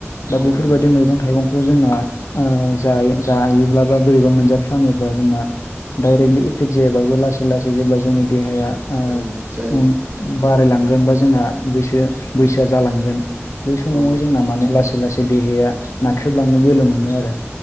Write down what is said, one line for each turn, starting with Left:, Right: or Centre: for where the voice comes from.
Left: दा
Right: औ
Left: बेफोरबायदि
Right: नंगौ
Left: मैगं थाइगंखौ जोंना। ओ जायो जायोब्ला बा बोरैबा मोनजाफ्लाङोब्ला जोंना डाइरेक्टलि एफेक्ट जाया। ओमबाबो लासै लासै जेब्ला जोंनि देहाया ओ
Right: जायो जायो।
Left: उम बारायलांगोन बा जोंना बैसोवा बैसोआ जालांगोन। बै समावहाय
Right: औ
Left: जोंना माने लासै लासै लासै देहाया नाख्रेबलांनो बोलो मोनो। आरो